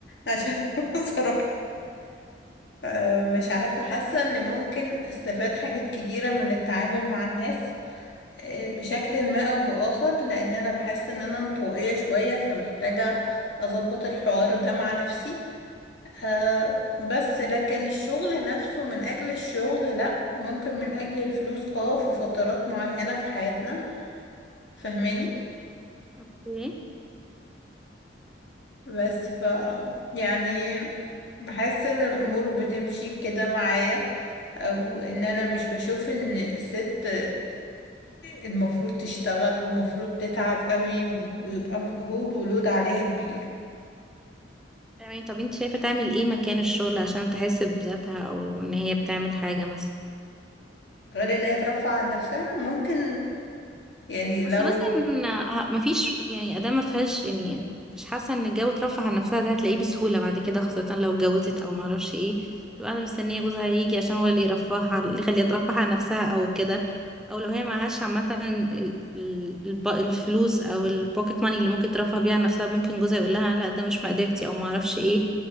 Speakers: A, on the left; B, in the centre.
A: عشان <laughs> بصراحة آه، مش عارفة حاسة ان ممكن استفاد حاجات كتيرة من التعامل مع الناس آه، بشكل ما او باخر لان انا بحس ان انا انطوائية شوية فمحتاجة اظبط الحوار ده مع نفسي آه، بس لكن الشغل نفسه من اجل الشغل لا ممكن من اجل الفلوس اه في فترات معينة في حياتنا فهماني
B: اوكي
A: بس ف يعني بحس ان الامور بتمشي كده معايا او ان انا مش بشوف ان الست المفروض تشتغل والمفروض تتعب قوي ويبقى مجهود ولود عليها كبير
B: تمام طب انت شايفة تعمل ايه مكان الشغل عشان تحس بذاتها او ان هي بتعمل حاجة مثلا
A: غير ان هي ترفع عن نفسها ممكن يعني لو
B: بس مثلا ه- مفيش يعني ادام ما فيهاش يعني مش حاسة ان الجو ترفه عن نفسها ده هتلاقيه بسهولة بعد كده خاصة لو اتجوزت او معرفش ايه تبقى قاعدة مستنية جوزها يجي عشان هو اللي يرفهها اللي يخليها ترفه عن نفسها او كده او لو هي معهاش عامة ال- ال- الب- الفلوس او البوكيت ماني اللي ممكن ترفه بيها عن نفسها ممكن جوزها يقول لها لا ده مش مقدرتي او معرفش ايه